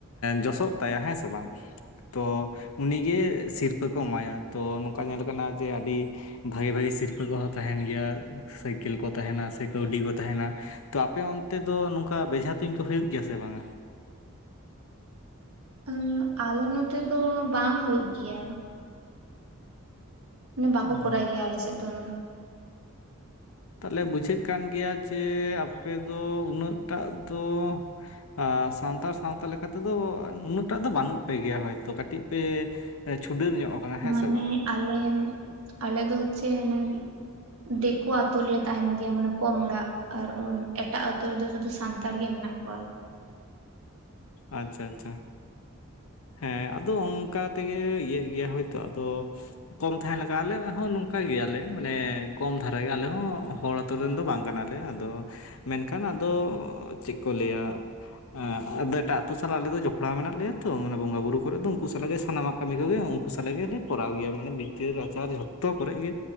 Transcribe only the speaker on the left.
ᱡᱚᱥᱚᱜ ᱛᱟᱭᱟ ᱦᱮᱸ ᱥᱮ ᱵᱟᱝ ᱛᱚ ᱩᱱᱤ ᱜᱮ ᱥᱤᱨᱯᱟᱹ ᱠᱚ ᱮᱢᱟᱭᱟ ᱛᱚ ᱱᱚᱝᱠᱟ ᱧᱮᱞ ᱠᱟᱱᱟ ᱡᱮ ᱟᱹᱰᱤ ᱵᱷᱟᱜᱮ ᱵᱷᱟᱜᱮ ᱥᱤᱨᱯᱟᱹ ᱠᱚ ᱦᱚᱸ ᱛᱟᱦᱮᱱ ᱜᱮᱭᱟ ᱥᱟᱭᱠᱮᱞ ᱠᱚ ᱛᱟᱦᱮᱱᱟ ᱥᱮ ᱠᱟᱹᱣᱰᱤ ᱠᱚ ᱛᱟᱦᱮᱸᱱᱟ ᱾ ᱛᱚ ᱟᱯᱮ ᱚᱱᱛᱮ ᱫᱚ ᱱᱚᱝᱠᱟ ᱵᱮᱡᱷᱟ ᱛᱩᱧ ᱠᱚ ᱦᱩᱭᱩᱜ ᱜᱮᱭᱟ ᱥᱮ ᱵᱟᱝᱟ?
ᱚ
ᱛᱟᱦᱞᱮ ᱵᱩᱡᱷᱟᱹᱜ ᱠᱟᱱ ᱜᱮᱭᱟ ᱡᱮ ᱟᱯᱮ ᱫᱚ ᱩᱱᱟᱹᱜ ᱴᱟᱜ ᱫᱚ ᱟᱸ ᱥᱟᱱᱛᱟᱲ ᱥᱟᱶᱛᱟ ᱞᱮᱠᱟ ᱛᱮᱫᱚ ᱩᱱᱟᱹᱜ ᱴᱟᱜ ᱫᱚ ᱵᱟᱹᱱᱩᱜ ᱯᱮ ᱜᱮᱭᱟ, ᱦᱚᱭᱛᱳ ᱠᱟᱹᱴᱤᱡ ᱯᱮ ᱪᱷᱩᱰᱟᱹᱨ ᱧᱚᱜ ᱟᱠᱟᱱᱟ ᱦᱮᱸ
ᱥᱮ ᱵᱟᱝᱟ
ᱟᱪᱪᱷᱟ ᱟᱪᱪᱷᱟ ᱾ ᱦᱮᱸ ᱟᱫᱚ ᱚᱱᱠᱟ ᱛᱮᱜᱮ ᱤᱭᱟᱹᱜ ᱜᱮᱭᱟ ᱦᱳᱭᱛᱳ, ᱟᱫᱚ ᱠᱚᱢ ᱛᱟᱦᱮᱱ ᱞᱮᱠᱟ ᱟᱞᱮᱭᱟᱜ ᱦᱚᱸ ᱱᱚᱝᱠᱟ ᱜᱮᱭᱟ ᱞᱮ ᱢᱟᱱᱮ ᱠᱚᱢ ᱫᱷᱟᱨᱟ ᱟᱞᱮ ᱦᱚᱸ ᱦᱚᱲ ᱟᱛᱳ ᱨᱮᱱ ᱫᱚ ᱵᱟᱝ ᱠᱟᱱᱟ ᱞᱮ, ᱟᱫᱚ ᱢᱮᱱᱠᱷᱟᱱ ᱟᱫᱚ ᱪᱮᱫ ᱠᱚ ᱞᱟᱹᱭᱟ ᱮᱸᱜ <unintelligible> ᱮᱴᱟᱜ ᱟᱛᱳ ᱥᱟᱞᱟᱜ ᱟᱞᱮ ᱫᱚ ᱡᱚᱯᱲᱟᱣ ᱢᱮᱱᱟᱜ ᱞᱮᱭᱟ ᱛᱚ ᱢᱟᱱᱮ ᱵᱚᱸᱜᱟ ᱵᱩᱨᱩ ᱠᱚᱨᱮ ᱫᱚ ᱩᱱᱠᱩ ᱥᱟᱞᱟᱜ ᱜᱮ ᱥᱟᱱᱟᱢᱟᱜ ᱠᱟᱹᱢᱤ ᱠᱚᱜᱮ ᱩᱱᱠᱩ ᱥᱟᱞᱟᱜ ᱜᱮᱞᱮ ᱠᱚᱨᱟᱣ ᱜᱮᱭᱟ ᱢᱟᱱᱮ ᱵᱤᱪᱟᱹᱨ ᱟᱪᱟᱨ ᱡᱷᱚᱛᱚ ᱠᱚᱨᱮ ᱜᱮ